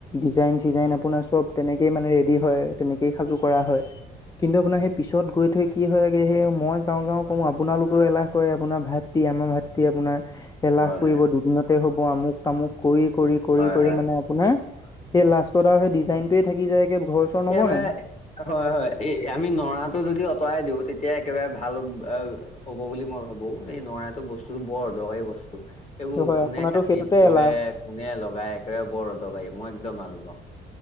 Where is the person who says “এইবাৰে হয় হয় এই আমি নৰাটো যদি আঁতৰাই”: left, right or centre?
Left